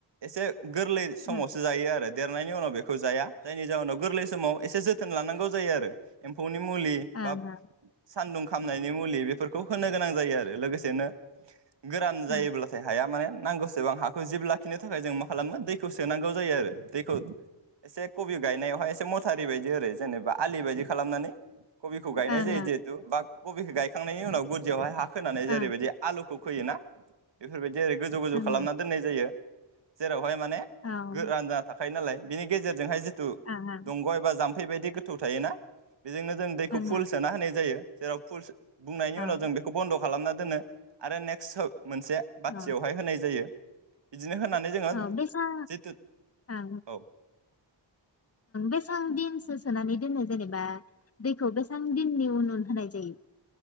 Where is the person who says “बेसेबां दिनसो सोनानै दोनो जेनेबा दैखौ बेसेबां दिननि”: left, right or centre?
Left